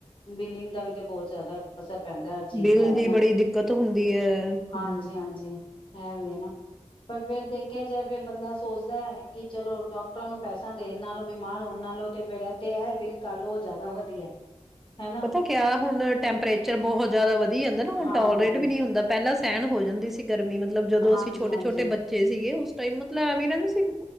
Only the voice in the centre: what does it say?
ਬਿਲ
ਦੀ
ਬੜੀ ਦਿੱਕਤ ਹੁੰਦੀ ਹੈ। ਹਮ
ਪਤਾ ਕਿਆ ਹੁਣ ਟੈਂਪਰੇਚਰ ਬਹੁਤ ਜ਼ਿਆਦਾ ਵਧੀ ਜਾਂਦਾ ਨਾ ਹੁਣ
ਟੋਲਰੇਟ ਵੀ ਨੀ ਹੁੰਦਾ ਪਹਿਲਾਂ ਸਹਿਣ ਹੋ ਜਾਂਦੀ ਸੀ ਗਰਮੀ ਮਤਲਬ ਜਦੋਂ
ਅਸੀਂ ਛੋਟੇ ਛੋਟੇ ਬੱਚੇ ਸੀਗੇ ਉਸ ਟਾਈਮ ਮਤਲ ਐਵੇਂ ਦਾ ਸੀ